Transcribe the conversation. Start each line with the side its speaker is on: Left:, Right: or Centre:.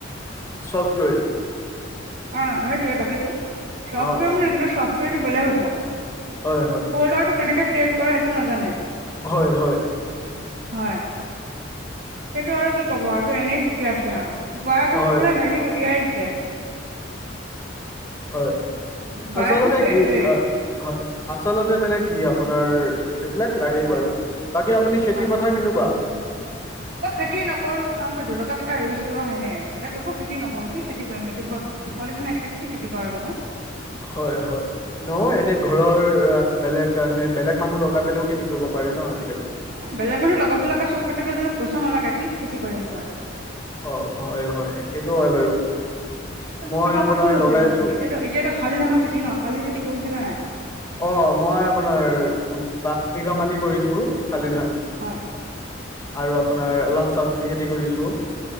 Left: ছফ্টৱেৰ?
Right: অ', সেইটোয়ে তাকেতো চফ্টৱেৰ
Left: অ', অ',
Right: মানে, চফ্টৱেৰটো বেলেগ হ'ব।
Left: হয়, হয়,
Right: ফ'ল্ডাৰটো কেনেকে ক্ৰিয়েট কৰে সেইটো নাজানে।
Left: হয়, হয়।
Right: হয়। সেইটো আৰু কি কব আৰু, এনেই শিকি আছে আৰু। বয়েকক
Left: হয়,
Right: বোলে হেৰি উলিয়াই দিলে।
Left: হয়,
Right: বায়েকো
Left: আচলতে
Right: সেই
Left: কি
Right: একেই
Left: হয় আচলতে মানে কি আপোনাৰ এইবিলাক লাগেই
Right: হয়
Left: বাৰু, বাকী আপুনি খেতি
Right: হয়
Left: পথাৰ কেনেকুৱা?
Right: মই খেতি নকৰো নহয়, মোৰ জলকিয়া কেইটা ৰুইছোৱা হেনে বোলে একো খেতি নকৰো কি খেতি এই ব ছোৱালী মানে এনেকে কি খেতি কৰে কনো।
Left: হয়, হয়। নহয়, এনে ঘৰৰ
Right: হয়
Left: বেলেগ এ বেলেগ মানুহ লগাই পেললেও খেতি কৰিব পাৰে ন' আজিকালি।
Right: বেলেগ মানুহ লগাবলৈ ক' চব ক্ষেত্ৰতো জানো পইচা নালাগে, কি খেতি কৰিম আৰু।
Left: অ', হয়, হয়, সেইটো হয় বাৰু
Right: তুমি
Left: মই
Right: তোমালোকৰ
Left: আপোনাৰ
Right: কি হৈছে
Left: লগাইছো
Right: এতিয়াতো এতিয়াতো খালি ধানৰ খেতি ন, খালি খেতি কৰিছে নে নাই?
Left: অ', মই আপোনাৰ বঘ বিঘা মাটি কৰিছো খালি ধান।
Right: হয়।
Left: আৰু আপোনাৰ অলপ চব্জি খেতি কৰিছোঁ।